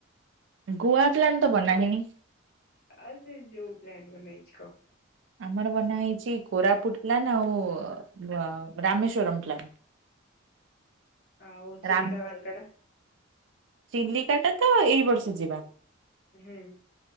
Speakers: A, on the right; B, on the left.
A: ଗୋଆ ପ୍ଲାନ ତ ବନାହେଇନି।
B: ଆଉ ସେ ଯୋଉ ପ୍ଲାନ୍ ବନାହେଇଚି କ।
A: ଆମର ବନା ହେଇଚି କୋରାପୁଟ ପ୍ଲାନ୍ ଆଉ ବ ରାମେଶ୍ଵରମ ପ୍ଲାନ।
B: ଆଉ ଚିଲିକା
A: ରାମ
B: କାଲକାଟା?
A: ଚିଲିକା ଟା ତ ଏଇ ବର୍ଷ ଯିବା।
B: ହୁଁ।